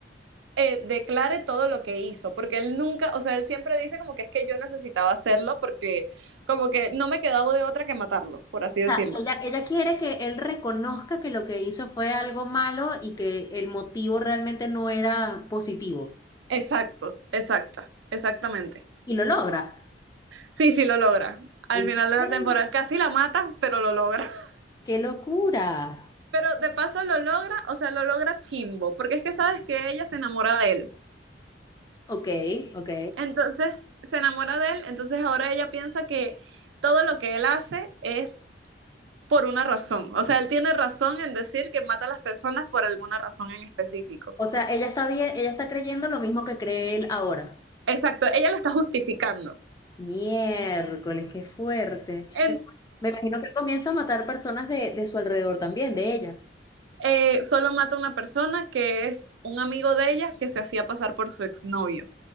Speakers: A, on the right; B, on the left.
A: eh, declare todo lo que hizo, porque él nunca, o sea, él siempre dice como que es que yo necesitaba hacerlo porque como que no me quedaba de otra que matarlo, por así decirlo.
B: O sea, ella, ella quiere que él reconozca que lo que hizo fue algo malo y que el motivo realmente no era positivo.
A: Exacto, exacta, exactamente.
B: Y lo logra.
A: Sí, sí, lo logra. Al
B: ¿En
A: final de
B: serio?
A: la temporada casi la mata, pero lo logra. <laughs>
B: ¡Qué locura!
A: Pero de paso lo logra, o sea, lo logra chimbo, porque es que sabes que ella se enamora de él.
B: Ok, ok.
A: Entonces se enamora de él, entonces ahora ella piensa que todo lo que él hace es por una razón. O sea, él tiene razón en decir que mata a las personas por alguna razón en específico.
B: O sea, ella está bien, ella está creyendo lo mismo que cree él ahora.
A: Exacto, ella lo está justificando.
B: Miércoles, qué fuerte.
A: En-
B: Me imagino que él comienza a matar personas de, de su alrededor también, de ella.
A: eh, solo mata a una persona que es un amigo de ella que se hacía pasar por su exnovio,